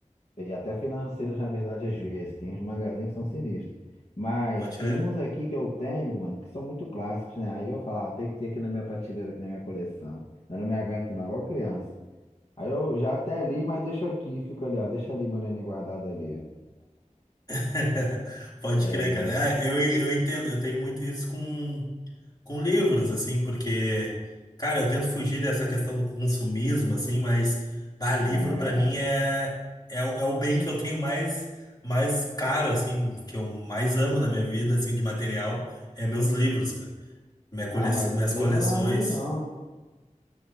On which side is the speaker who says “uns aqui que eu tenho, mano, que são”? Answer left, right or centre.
Left